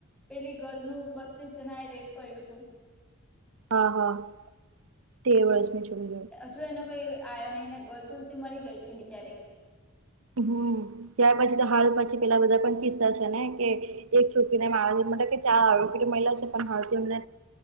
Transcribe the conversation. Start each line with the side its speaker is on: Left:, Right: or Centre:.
Centre: પેલી ગર્લ નું બત્રીસ જણા એ રેપ કયરૂ તું.
Right: હા હા તેર વર્ષની છોકરી નું.
Centre: જોય ને કોઈ આવ્યો નય ને ગલ તો ઉલટી મરી ગઈ છે બિચારી.
Right: હમમ ત્યાર પછી તો હાલ પછી પેલા બધા પણ કિસ્સા છે ને કે એક છોકરીને મા મતલબ કે ચાર આરોપી મહિલા છે પણ હાલ તેમને